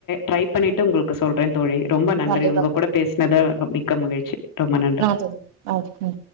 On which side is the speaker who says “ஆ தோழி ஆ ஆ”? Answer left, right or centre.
Right